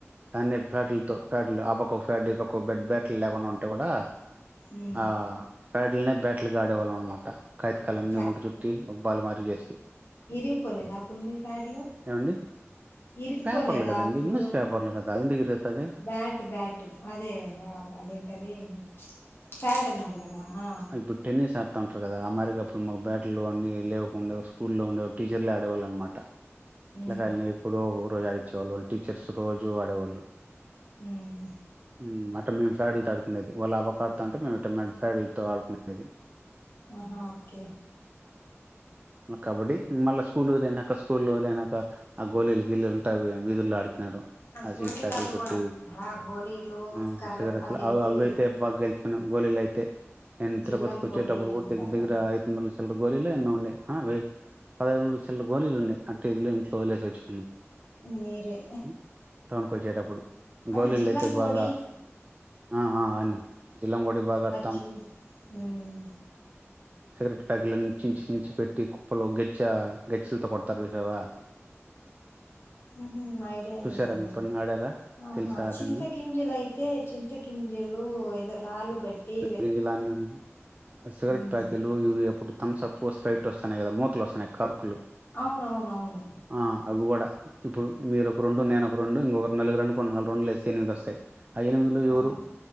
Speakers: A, on the right; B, on the left.
A: దాన్ని ఫ్యాటలతో ఫ్యాట్లు ఆపక్ ఒక ఫ్యాడ్ బెడ్ బ్యాట్లు లేకుండా ఉంటే కూడా
B: ఉ
A: ఆ ప్యాడల్ నే బ్యాటల్ గా ఆడేవాళ్ళమ్ అన్నమాట కైతకాలన్నీ
B: స
A: వంట చుట్టి బలుమారి చేసీ
B: ఇరిగిపోలేదా అప్పుడు మీ ఫ్యాడ్లో
A: ఏమండి
B: ఇరిగిపోలేదా
A: పేపర్లు కదండి
B: అప్పుడు
A: న్యూస్ పేపర్లు కదా ఎందుకు ఇరుగుతుంది
B: బ్యాట్ బ్యాట్ అదే అదేంటది ఫ్యాడ్ చుప్ అన్నారు కదా ఆ
A: హా ఇప్పుడు టెన్నీస్ చేత్త ఉంటారు కదా ఆ మరి ఇక అప్పుడు మాకు బ్యాట్లు అన్నీ లేకుండే స్కూల్లో ఉండే టీచర్లే ఆడే వాళ్ళ అనమాట
B: ఉ
A: పిల్లకాయల్ని ఇప్పుడు ఓరో జారి <inaudible> వచ్చేవాళ్ళు వాళ్ళు టీచర్స్ రోజు ఆడేవాళ్ళు
B: ఊమ్
A: ఉమ్, అట్ట మేము ఫ్యాడ్లు తో ఆడుకునేది వాళ్ళు ఆ పక్క అడ్తంటే మేం ఇట్టా మెమ్మ్స్ <inaudible> ఫ్యాడులతో ఆడుకునేది
B: ఆహా ఒకే
A: మ కబడ్డీ మళ్ళ స్కూల్ వదిలేనాక స్కూల్ వదిలేనాక ఆ గోలీలు గిల్లలు ఆ వీధుల్లో ఆడుకున్నాడు ఆ
B: గోళీలు
A: స్వీట్ ప్యాకలు
B: ఆట
A: కొట్టి
B: కూడా ఆ గోళీలు
A: ఆ
B: కర్ర
A: సిగరెట్లు
B: అదేంటి
A: అవి అవి అయితే బాగా గెలుచుకున్నాం గోలీలు అయితే నేన్ తిరుపతికి
B: జిల్లంకోడి
A: వచ్చేటప్పుడు కూడా
B: అంటారు
A: దగ్గర దగ్గర
B: కదా
A: ఐదు వందల చిల్లర గోలీలే హు ఆ ఉన్నయ్ అ వే పదఐదు వందల చిల్లర గోలీలు ఉన్నయ్ అ అంటే వీధిలో నుంచి వదిలేసి వచ్చాను
B: మీరే
A: ఉమ్ టౌన్ కు వచ్చేటప్పుడు
B: అది
A: గోలీలైతే
B: జిల్లంకోడి
A: బాగా ఆ ఆ అడినం జిల్లం కోడి బాగా ఆడ్
B: ఛీ ఉమ్
A: సిగరెట్ ప్యాకెట్లన్నీ చించి చించి పెట్టి కుప్పలు గెచ్చా గెచ్చెలతో కొడతారు చూసావా <inaudible>
B: ఉహు ఐడియా
A: చూసారా
B: లేదండి
A: మీ ఎప్పుడన్నా ఆడారా
B: ఆహా
A: తెలుసా అదన్న
B: చింతగింజలు అయితే చింతగింజలు ఏదో రాళ్లు బెట్టీ
A: గింజలన్నీ సిగరెట్
B: ఉమ్
A: ప్యాకెలూ ఇవి ఎప్పుడు థంసప్పో స్ప్రైటో వస్తున్నాయి కదా మూతలు వస్తున్నాయి కార్కులు
B: అవునవునవును
A: ఆ అవి కూడా ఇప్పుడు మీరు ఒక రొండు నేను ఒక రొండు ఇంకొకరు నాలుగురండు కొన్ని నాలుగు రౌండులు లేస్తే ఎనిమిది వస్తయి ఆ యనిమిదిలో ఎవరూ
B: ఆహా